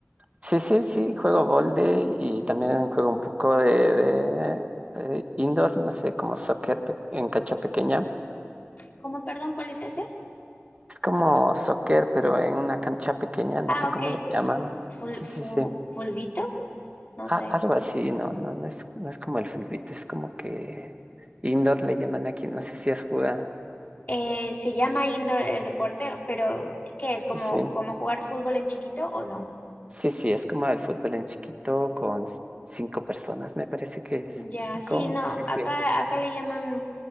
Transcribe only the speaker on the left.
¿Cómo, perdón, cuál es ese?
Ah,
ok,
ful,
fu-
fulvito. no
sé.
Eh, se llama indoor el deporte, pero ¿qué es? ¿Como,
como jugar fútbol en chiquito o no?
Ya,
sí, no,
acá, acá le llaman,